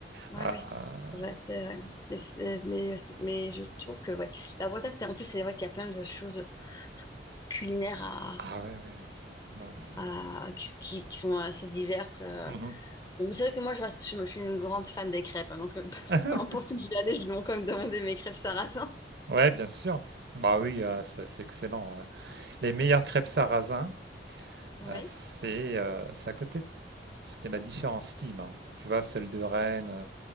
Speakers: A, on the left (about 20°); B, on the right (about 60°).
A: Ouais,
B: Ah,
A: oui, c'est vrai, c'est vrai. Mais, c'est- mais, mais je trouve que ouais. La Bretagne, c'est- en plus, c'est vrai qu'il y a plein de choses culinaires
B: ah ouais, ouais. Bah oui.
A: à- qui, qui- qui sont assez diverses. euh.
B: là.
A: Bon, c'est vrai que moi, je, reste, je, suis une grande fan des crêpes, hein, donc euh, <laughs>
B: Mhm.
A: peu importe
B: <laughs>
A: où je vais aller, je vais quand même demander mes crêpes sarrasin.
B: Ouais, bien sûr. Bah oui, euh, c'est c'est excellent. euh. Les meilleures crêpes sarrasin,
A: Oui.
B: euh, c'est euh, c'est à côté, de- parce qu'il y en a différents styles. hein. Tu vois, celle de Rennes euh,